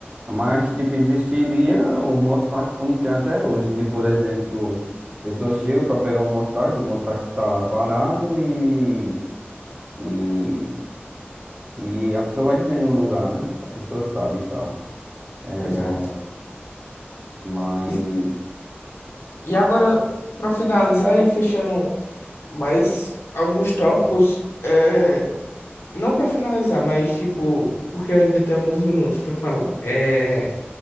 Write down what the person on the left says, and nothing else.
Exato.
E, e agora, para finalizar e fechando mais alguns tópicos, é, não para finalizar, mas tipo, porque eu ainda tenho alguns minutos para falar, é